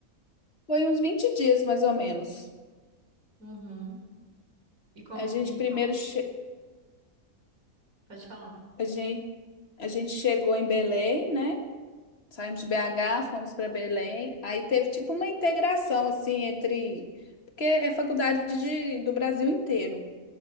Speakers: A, on the left; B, on the right.
A: Foi uns 20 dias, mais ou menos.
B: Uhum. E como,
A: A gente
B: e
A: primeiro
B: como,
A: che-
B: pode falar.
A: a gente, a gente chegou em Belém, né? Saímos de BH, fomos para Belém. Aí teve tipo uma integração assim entre porque é faculdade de, do Brasil inteiro.